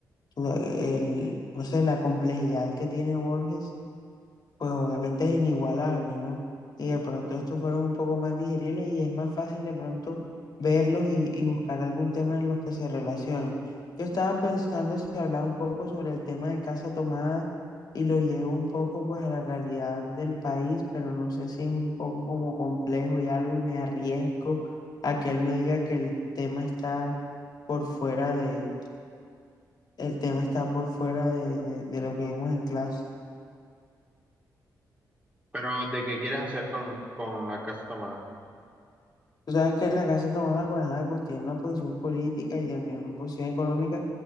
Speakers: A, on the left; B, on the right.
A: tú- el, no sé, la complejidad que tiene Borges pues obviamente es inigualable, ¿no? Y de pronto estos fueron un poco más digeribles y es más fácil de pronto verlos y, y buscar algún tema en los que se relacionen. Yo estaba pensando si hablaba un poco sobre el tema de casa tomada y lo llevo un poco pues a la realidad del país, pero no sé si es un poco como complejo y algo y me arriesgo a que él me diga que el tema está por fuera de, el tema está por fuera de, de de lo que vimos en clase.
B: Pero, ¿de qué quieres hacer con, con la casa tomada?
A: Tú sabes que la Casa Tomada, pues, ajá, pues tiene una posición política y también una posición económica